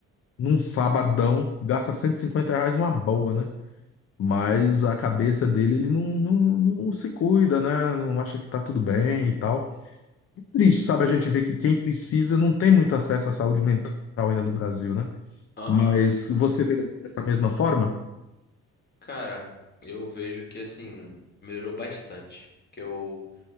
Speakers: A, on the left; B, on the left.
A: num sabadão, gasta 150 reais uma boa, né? mas a cabeça dele, ele não, não, não se cuida, né? Não acha que tá tudo bem e tal. É Triste, sabe? A gente vê que quem precisa não tem muito acesso à saúde mental ainda no Brasil, né?
B: Aham.
A: Mas você vê dessa mesma forma?
B: Cara, eu vejo que assim, melhorou bastante. Que eu